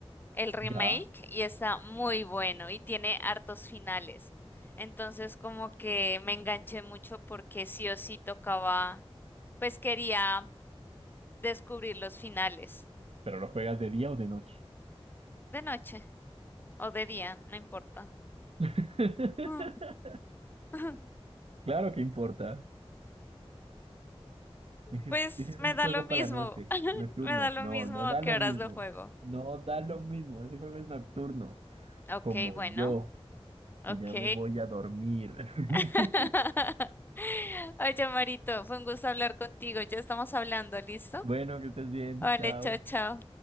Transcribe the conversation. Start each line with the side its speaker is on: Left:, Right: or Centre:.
Left: el remake,
Right: ya,
Left: y está muy bueno y tiene hartos finales. Entonces como que me enganché mucho porque sí o sí tocaba, pues quería descubrir los finales
Right: pero lo juegas de día o de noche.
Left: de noche o de día, no importa.
Right: <laughs>
Left: Mm. <laughs>
Right: Claro que importa. Dices,
Left: Pues
Right: dices
Left: me
Right: un
Left: da
Right: juego
Left: lo mismo,
Right: para la noche,
Left: <laughs>
Right: nocturno.
Left: me da lo
Right: No,
Left: mismo
Right: no
Left: a
Right: da
Left: qué
Right: lo
Left: horas
Right: mismo.
Left: lo juego.
Right: No da lo mismo. Ese juego es nocturno.
Left: Ok,
Right: Como
Left: bueno,
Right: yo,
Left: ok.
Right: que ya me voy a dormir. <laughs>
Left: <laughs> Oye, Marito, fue un gusto hablar contigo. Ya estamos hablando, ¿listo?
Right: Bueno, que estés bien.
Left: Vale,
Right: Chao.
Left: chao, chao.